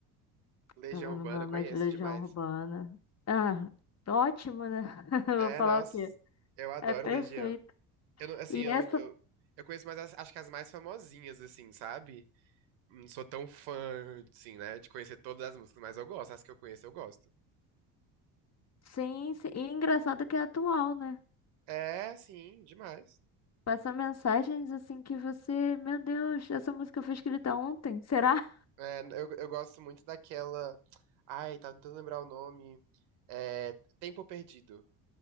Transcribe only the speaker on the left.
Tava
numa
mais Legião
Urbana. Ah, ótimo, né? <laughs> Eu
Vou falar
o quê?
É perfeito.
E
essa.
Sim, sim. E engraçado que é atual, né?
Passa mensagens assim que você. Meu Deus, essa música foi escrita ontem, será?